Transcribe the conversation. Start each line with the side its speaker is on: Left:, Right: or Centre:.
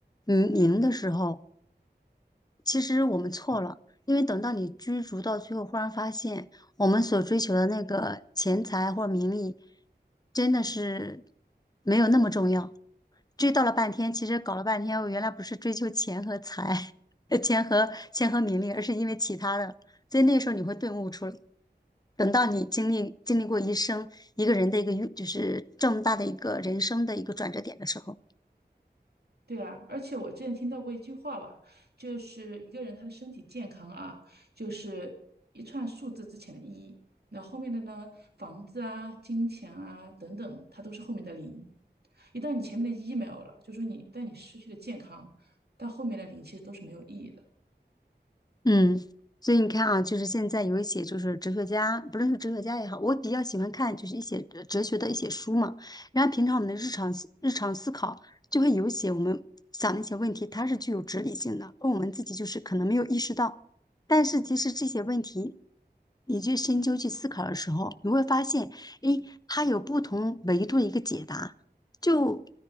Left: 嗯名的时候，其实我们错了。因为等到你追逐到最后，忽然发现我们所追求的那个钱财或者名利，真的是没有那么重要。追到了半天，其实搞了半天，我原来不是追求钱和财，<laughs> 呃，钱和钱和名利，而是因为其他的。所以那时候你会顿悟出来。等到你经历经历过一生一个人的一个运，就是这么大的一个人生的一个转折点的时候，
Right: 对啊，而且我之前听到过一句话吧，就是一个人他的身体健康啊，就是一串数字之前的一，那后面的呢，房子啊、金钱啊等等，它都是后面的零。一旦你前面的一没有了，就说你一旦你失去了健康，到后面的零其实都是没有意义的。
Left: 嗯，所以你看啊，就是现在有一些就是哲学家，不论是哲学家也好，我比较喜欢看就是一些呃哲学的一些书嘛。然后平常我们的日常思日常思考就会有一些我们想的一些问题，它是具有哲理性的，而我们自己就是可能没有意识到。但是其实这些问题，你去深究去思考的时候，你会发现，诶，它有不同维度的一个解答，就